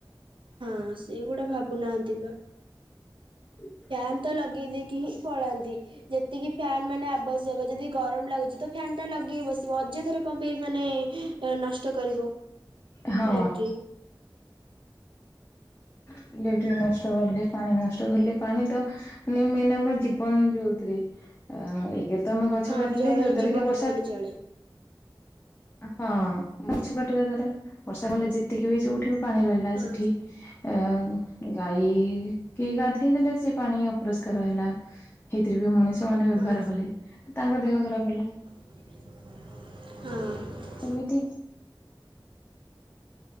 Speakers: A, on the right (about 80°); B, on the left (about 25°).
A: ହଁ ସେଗୁଡା ଭାବୁନାହାନ୍ତି ବା।
B: ଏ <unintelligible>
A: ଫ୍ୟାନ୍ ତ ଲଗେଇ ଦେଇକି ହିଁ ପଳାନ୍ତି। ଯେତିକି ଫ୍ୟାନ ମାନେ ଆବଶ୍ୟକ ଯଦି ଗରମ ଲାଗୁଚି ତ ଫ୍ୟନ୍ ଟା ଲଗେଇ ବସିବ ଅଯଥାରେ କଣ ପାଇଁ ମାନେ ଏହା ନଷ୍ଟ କରିବ।
B: ହଁ।
A: ଇଲେକ୍ଟ୍ରି
B: ଇଲେକ୍ଟ୍ରିକ ନଷ୍ଟ କଲେ ପାଣି ନଷ୍ଟ କଲେ ପାଣି ତ ମାନେ ମେନ ଆମ ଜୀବନ ଯୋଉଥିରେ। ଏକେରେ ତ ଆମେ ଗଛ
A: ହଁ
B: କାଟିଲେ
A: ଜଳ
B: ଯୋଉ
A: ହିଁ
B: ଦ୍ଵାରା
A: ଜୀବନ
B: କି ବର୍ଷା।
A: କହିଲେ ଚଳେ
B: ହଁ ଗଛ କାଟିବା ଦ୍ଵାରା ବର୍ଷା କଲେ ଯେତିକି ବି ଯୋଉଠି ବି ପାଣି ରହିଲା
A: ହଁ
B: ସେଠି ଏ ଗାଈ କି ଗାଧେଇ ଦେଲେ ସେ ପାଣି ଅପରିଷ୍କାର ହେଲା। ହେଇଥିରେ ବି ମଣିଷ ମାନେ ବ୍ୟବହାର
A: ହଁ
B: କଲେ ତାଙ୍କ ଦେହ ଖରାପ ହେଲା।
A: ହଁ।
B: ଏମିତି